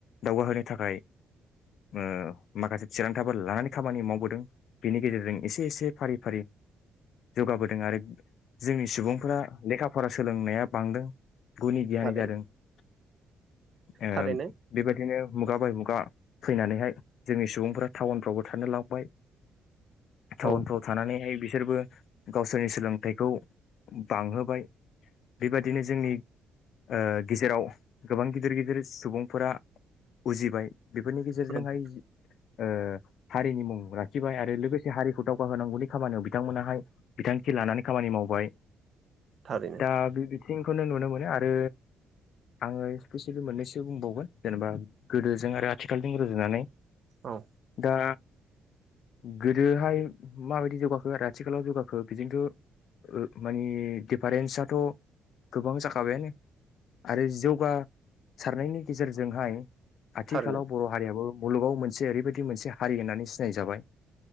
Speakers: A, on the left; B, on the right.
A: दावगाहोनो थाखाय ओ माखासे थिरांथाफोर लानानै खामानि मावबोदों बेनि गेजेरजों एसे एसे फारि फारि जौगाबोदों आरो सुबुंफोरा लेखा फरा सोलोंनाया बांदों गुनि गियानि
B: थारैनो
A: जादों । ओ
B: थारैनो
A: बेबायदिनो मुगा बाय मुगा फैनानैहाय जोंनि सुबुंफोरा टाउनफ्रावबो थानो लाबोबाय टाउनफ्राव
B: औ
A: थानानैहाय बि सोरबो गावसोरनि सोलोंथाइखौ बांहोबाय बेबादिनो जोंनि ओ गेजेराव गोबां गिदिर गिदिर सुबुंफोरा बुजिबाय बेफोरनि गेजेरजोंहाय
B: नंगौ
A: ओ हारिनि मुं लाखिबाय आरो लोगो से हारिखौ दावगाहोनांगौनि खामानियाव बिथांमोनाहाय बिथांखि लानानै खामानि मावबाय
B: थारैनो
A: दा बि बि थिंखौनो नुनो मोनो आरो आङो स्पेसियेलि मोननैसो बुंबावगोन जेनेबा गोदोजों आरो आथिखालजों रुजुनानै
B: औ
A: दा गोदोहाय माबायदि जौगाखो आरो आथिखालाव जौगाखो बिजोंथ' ओ माने दिफारेन्साथ' गोबां जाखाबायानो आरो जौगा सारनायनि गेजेरजोंहाय आथिखालाव
B: थारैनो
A: बर' हारियाबो मुलुगाव मोनसे ओरैबायदि मोनसे हारि होननानै सिनायजाबाय